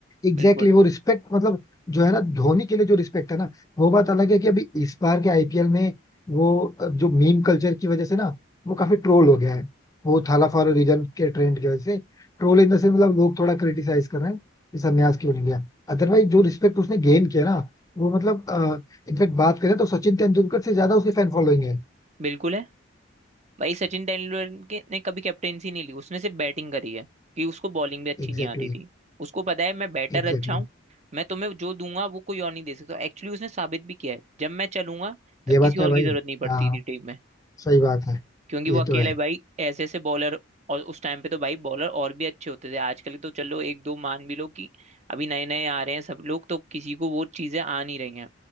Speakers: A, on the left (about 15°); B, on the right (about 35°).
A: एग्जैक्टली
B: बिल्कुल
A: वो रिस्पेक्ट मतलब जो है ना धोनी के लिए जो रिस्पेक्ट है ना वो बात अलग है कि अभी इस बार के आईपीएल में वो अ, जो मीम कल्चर की वजह से ना वो काफी ट्रोल हो गया है वो थाला फॉर अ रीजन के ट्रेंड की वजह से ट्रोल इन द सेंस मतलब लोग थोड़ा क्रिटिसाइज कर रहे हैं कि संन्यास क्यों नहीं लिया अदरवाइज जो रिस्पेक्ट उसने गेन किया ना वो मतलब इनफेक्ट बात करें तो सचिन तेंदुलकर से ज्यादा उसकी फैन फॉलोइंग है
B: बिल्कुल है भाई सचिन तेंदुलकर के- ने कभी कैप्टेंसी नहीं ली उसने सिर्फ बैटिंग करी है कि उसको बॉलिंग भी अच्छी
A: एग्जैक्टली
B: नहीं आती थी उसको पता है मैं बैटर
A: एग्जैक्टली
B: अच्छा हूँ मैं तुम्हें जो दूंगा वो कोई और नहीं दे सकता एक्चुअली उसने साबित भी किया है जब मैं चलूंगा तब
A: ये बात
B: किसी
A: तो
B: और
A: है भाई
B: की जरूरत नहीं पड़ती
A: हाँ हाँ।
B: थी टीम में
A: सही बात है
B: क्योंकि
A: ये
B: वो अकेले
A: तो है
B: भाई ऐसे ऐसे बॉलर और उस टाइम पे तो भाई बॉलर और भी अच्छे होते थे आजकल तो चलो एक दो मान भी लो कि अभी नए नए आ रहे हैं सब लोग तो किसी को वो चीजें आ नहीं रही हैं